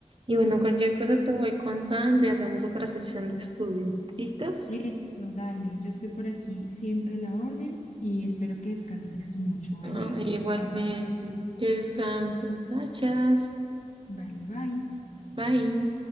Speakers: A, on the right; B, on the left.
A: Y bueno, cualquier cosa te voy contando y hacemos otra sesión de estudio. ¿Listos?
B: Eso, dale, yo estoy por aquí siempre a la orden y espero que descanses mucho, ¿vale?
A: Ah,
B: Que
A: igualmente,
B: te vaya bien.
A: que descanses. Gracias.
B: Vale, bye.
A: Bye.